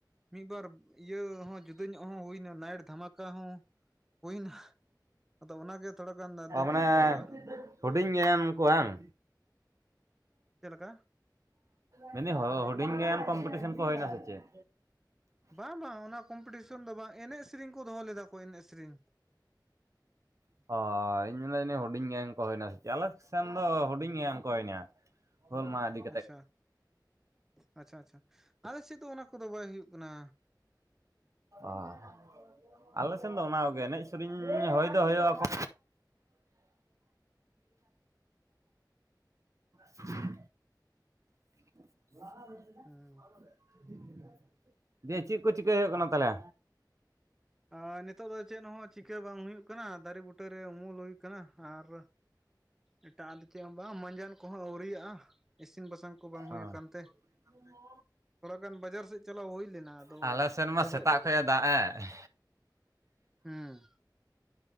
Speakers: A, in the centre; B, on the right.
A: ᱢᱤᱫ ᱵᱟᱨ ᱤᱭᱟᱹ ᱦᱚᱸ
B: <unintelligible> <unintelligible>
A: ᱡᱩᱫᱟᱹ ᱧᱚᱜ ᱦᱚᱸ ᱦᱩᱭᱱᱟ ᱱᱟᱭᱤᱴ ᱫᱷᱟᱢᱟᱠᱟ ᱦᱚᱸ ᱦᱩᱭᱱᱟ ᱟᱫᱚ ᱚᱱᱟᱜᱮ ᱛᱷᱚᱲᱟ ᱜᱟᱱ ᱫᱩᱠ
B: <unintelligible> ᱢᱟᱱᱮ
A: ᱧᱚᱜ ᱵᱩᱡᱷᱟᱹᱜᱼᱟ
B: ᱦᱩᱰᱤᱧ ᱜᱮ ᱮᱢ ᱠᱚᱜ-ᱟᱝ
A: ᱪᱮᱫ ᱞᱮᱠᱟ
B: ᱢᱮᱱᱫᱟᱹᱧ ᱦᱩᱰᱤᱧ ᱜᱮ ᱠᱚᱢᱯᱤᱴᱤᱥᱮᱱ ᱠᱚ ᱦᱩᱭᱮᱱᱟ ᱥᱮ ᱪᱮᱫ
A: ᱵᱟᱝ ᱵᱟᱝ ᱚᱱᱟ ᱠᱚᱢᱯᱤᱴᱤᱥᱚᱱ ᱫᱚ ᱵᱟᱝ ᱮᱱᱮᱡ ᱥᱮᱨᱮᱧ ᱠᱚ ᱫᱚᱦᱚ ᱞᱮᱫᱟ ᱠᱚ ᱮᱱᱮᱡ ᱥᱮᱨᱮᱧ
B: <unintelligible> ᱤᱧ ᱢᱮᱱᱟ ᱦᱩᱰᱤᱧ <unintelligible> ᱠᱚ ᱦᱩᱭᱱᱟ ᱥᱮ ᱪᱮ ᱟᱞᱮᱠᱥᱮᱱ ᱫᱚ ᱦᱩᱰᱤᱧ ᱜᱮ <unintelligible> ᱠᱚ <unintelligible> ᱦᱳᱞ ᱢᱟᱦᱟ ᱤᱫᱤ <unintelligible>
A: ᱟᱪᱷᱟ ᱟᱪᱷᱟ ᱟᱪᱷᱟ ᱟᱞᱮ ᱥᱮᱫ ᱫᱚ ᱚᱱᱟ ᱠᱚᱫᱚ ᱵᱟᱭ ᱦᱩᱭᱩᱜ ᱠᱟᱱᱟ
B: ᱚ <unintelligible> ᱟᱞᱮ ᱥᱮᱱ ᱫᱚ ᱚᱱᱟ ᱠᱚᱜᱮ ᱮᱱᱮᱡ ᱥᱮᱨᱮᱧ ᱦᱚᱭ ᱫᱚ ᱦᱚᱭᱚᱜ ᱟᱠᱚ <unintelligible> <unintelligible> <unintelligible> <inaudible>
A: <unintelligible>
B: <unintelligible> ᱪᱮᱜ ᱠᱚ ᱪᱤᱠᱟᱹ ᱦᱩᱭᱩᱜ ᱠᱟᱱᱟ ᱛᱟᱞᱦᱮ
A: <unintelligible> ᱱᱤᱛᱚᱜ ᱫᱚ ᱪᱮᱫ ᱦᱚᱸ ᱪᱤᱠᱟᱹ ᱵᱟᱝ ᱦᱩᱭᱩᱜ <unintelligible> ᱫᱟᱨᱮ ᱵᱩᱴᱟᱹᱨ ᱨᱮ ᱩᱢᱩᱞ ᱦᱩᱭ ᱟᱠᱟᱱᱟ ᱟᱨ ᱮᱴᱟᱜ ᱫᱚ ᱪᱮᱫ ᱦᱚᱸ ᱵᱟᱝ ᱢᱟᱡᱟᱱ <unintelligible> ᱠᱚᱦᱚᱸ ᱟᱹᱣᱨᱤᱭᱟᱜᱼᱟ ᱤᱥᱤᱱ ᱵᱟᱥᱟᱝ ᱠᱚ ᱵᱟᱝ ᱦᱩᱭ
B: ᱚ
A: ᱟᱠᱟᱱ ᱛᱮ
B: <inaudible>
A: ᱛᱷᱚᱲᱟ ᱜᱟᱱ ᱵᱟᱡᱟᱨ ᱥᱮᱫ ᱪᱟᱞᱟᱣ ᱦᱩᱭ ᱞᱮᱱᱟ ᱟᱫᱚ
B: ᱟᱞᱮ ᱥᱮᱱ ᱢᱟ
A: ᱚᱱᱛᱮ
B: ᱥᱮᱛᱟᱜ
A: ᱠᱷᱚᱡ
B: ᱮ ᱫᱟᱜ ᱮ
A: ᱦᱩᱸ